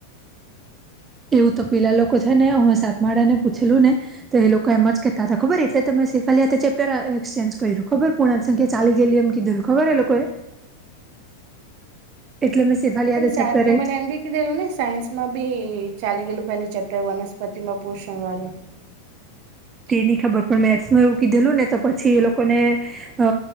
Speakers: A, on the right; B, on the right.
A: એવું તો પેલા લોકો છે ને હુંં સાતમાળા ને પૂછેલું ને તો એ લોકો એમ જ કેહેતા હતા ખબર એટલે તમેાલી ચેપ્ટર એક્સચેન્જ કર્યું ખબર કોુણા સંખ્યા ચાલી ગેલી અમકી દલ ખબર એ લોકોએ
B: <unintelligible>
A: એટલે મેં. શેફાલી
B: એ પણ
A: હાથે
B: સાતવે
A: ચેપ્ટર
B: મને એમ બી. કીધેલું ને સાયન્સમાં બી ચાલે ગયેલું પેલું ચેપ્ટર વનસ્પતિ માં પોષણ વાળું. <unintelligible>
A: તેની ખબર પણ મેથ્સમાં રોકી દેલું ને તો પછી એ લોકોને. અ